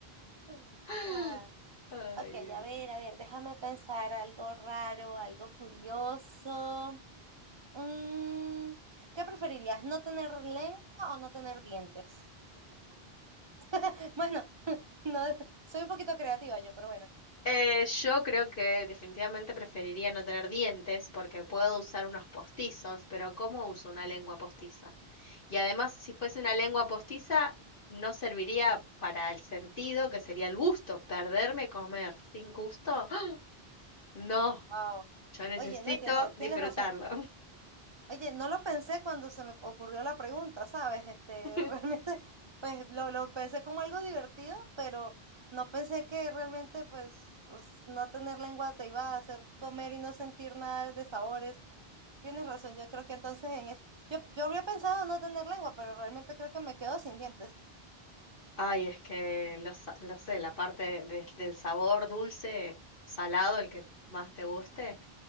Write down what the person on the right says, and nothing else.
<laughs>
Ay.
Ok,
a ver, a ver, déjame pensar algo raro, algo curioso. Mm, ¿qué preferirías? ¿No tener lengua o no tener dientes? <laughs> Bueno, <laughs> no, soy un poquito creativa yo, pero bueno.
Wow.
Oye, no, tiene
tienes razón. Oye, no lo pensé cuando se me ocurrió la pregunta, ¿sabes? Este,
<laughs> realmente, pues lo, lo pensé como algo divertido, pero no pensé que realmente, pues, os- no tener lengua te iba a hacer comer y no sentir nada de sabores. Tienes razón, yo creo que entonces en es... Yo, yo habría pensado no tener lengua, pero realmente creo que me quedo sin dientes.